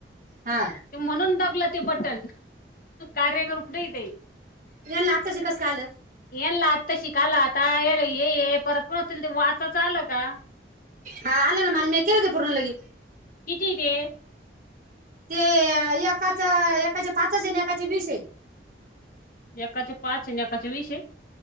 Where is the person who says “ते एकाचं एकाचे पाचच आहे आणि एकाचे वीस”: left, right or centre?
Right